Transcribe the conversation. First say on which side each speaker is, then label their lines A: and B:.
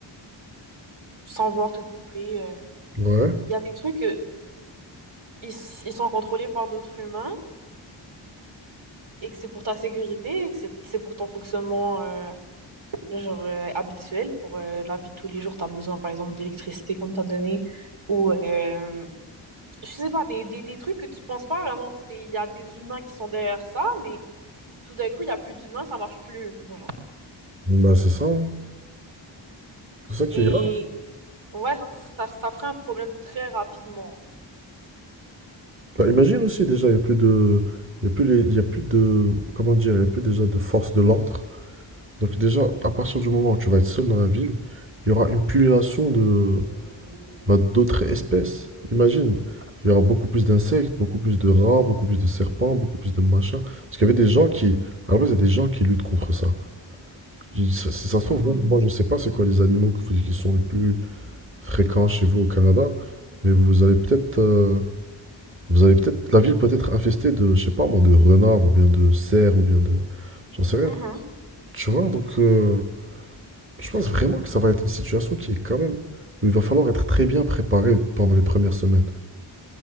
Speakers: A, on the right (about 80°); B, on the right (about 25°).
A: sans vouloir te couper. euh,
B: Ouais,
A: il y a des trucs, euh, ils, ils sont contrôlés par d'autres humains et que c'est pour ta sécurité et que c'est c'est pour ton fonctionnement euh, genre, euh, habituel. Pour euh, la vie de tous les jours, tu as besoin, par exemple, d'électricité, comme tu as donné, ou euh, je sais pas, des, des, des trucs que tu penses pas vraiment que c'est, il y a des humains qui sont derrière ça, mais tout d'un coup, il y a plus d'humains, ça marche plus. genre.
B: Bon, bah c'est ça, hein. C'est ça qui
A: Et
B: est grave.
A: ouais, ça, ça, ça, ça ferait un problème très rapidement.
B: Bah, imagine aussi déjà, il n'y a plus de... Il y a plus les- il y a plus de... Comment dire? Il n'y a plus déjà de force de l'ordre. Donc déjà, à partir du moment où tu vas être seul dans la ville, il y aura une pullulation de, bah, d'autres espèces. Imagine, il y aura beaucoup plus d'insectes, beaucoup plus de rats, beaucoup plus de serpents, beaucoup plus de machins. Parce qu'il y avait des gens qui, à la base, il y a des gens qui luttent contre ça. Ils- Si si ça se
A: Mhm.
B: trouve, même moi je ne sais pas c'est quoi les animaux que vous- qui sont les plus fréquents chez vous au Canada, mais vous allez peut-être, euh, vous allez peut-être, la ville peut être infestée de, je sais pas moi, de renards ou bien de cerfs ou bien de, j'en sais rien.
A: Mhm.
B: Tu vois, donc euh, je pense vraiment que ça va être une situation qui est quand même où il va falloir être très bien préparé pendant les premières semaines.